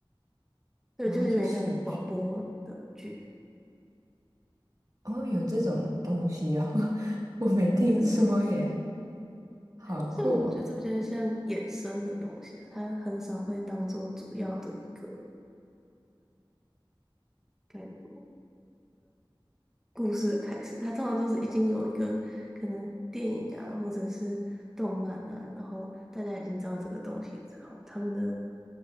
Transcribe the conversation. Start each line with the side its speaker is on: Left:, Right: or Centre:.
Centre: 对，
Right: 然后是戏剧。
Centre: 就是有点像广播的剧。
Right: 哦，有这种东西哦，<laughs> 我没听说耶，
Centre: 对，
Right: 好酷哦。
Centre: 所以我觉得这比较像衍生的东西啊，它很少会当做主要的一个概括。故事的开始，它通常都是已经有一个可能电影啊，或者是动漫啊，然后大家已经知道这个东西之后，他们的